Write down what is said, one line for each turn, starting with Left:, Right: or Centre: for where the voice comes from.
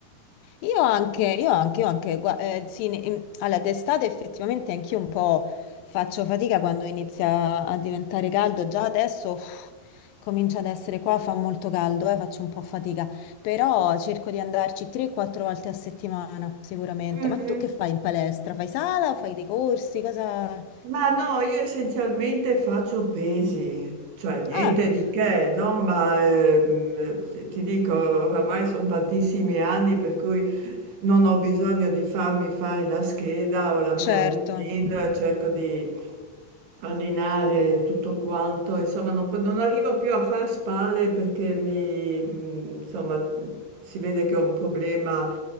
Left: Io anche, io anche, io anche, gua- eh, sì, ne- in- allora, d'estate effettivamente anch'io un po' faccio fatica quando inizia a diventare caldo, già adesso uff, comincia ad essere qua, fa molto caldo, eh, faccio un po' fatica, però cerco di andarci 3-4 volte a settimana, sicuramente.
Right: Mm,
Left: Ma tu
Right: mm.
Left: che fai in palestra? Fai sala o fai dei corsi? Cosa...
Right: Ma no, io essenzialmente faccio pesi, cioè niente
Left: Ah,
Right: di che, no? Ma ehm, ti ti dico, oramai sono tantissimi anni per cui non ho bisogno di farmi fare la scheda o la mia
Left: certo.
Right: routine, cerco di allenare tutto quanto, insomma non, po- non arrivo più a far spalle perché mi, mh, insomma, si vede che ho un problema,